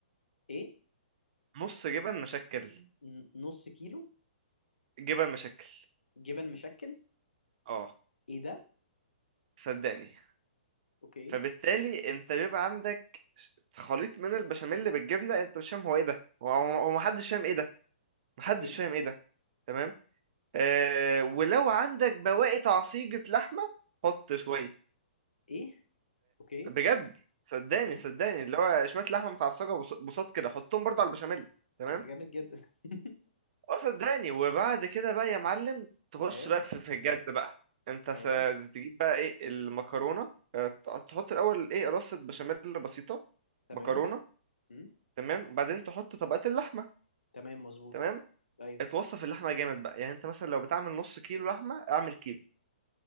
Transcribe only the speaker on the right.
نص جبن مشكل
جبن مشكل
اه
صدقني
فبالتالي انت بيبقى عندك خليط من البشاميل بالجبنه انت مش فاهم هو ايه ده هو هو محدش فاهم ايه ده محدش
فاهم ايه ده تمام آه ولو عندك بواقي تعصيجة لحمه حط شويه
بجد صدقني
صدقني اللي هو شويه لحمه متعصجه بص- بساط كده حطهم برضه على البشاميل تمام
اه صدقني وبعد كده بقى يا معلم تخش
بقى في في الجد بقى انت س-
تجيب بقى ايه المكرونه اه، ت- تحط الاول ايه رصه بشاميل بسيطه
مكرونه
تمام وبعدين تحط طبقات اللحمه
تمام
اتوصف اللحمه جامد بقى يعني انت مثلا لو بتعمل نص كيلو لحمه اعمل كيلو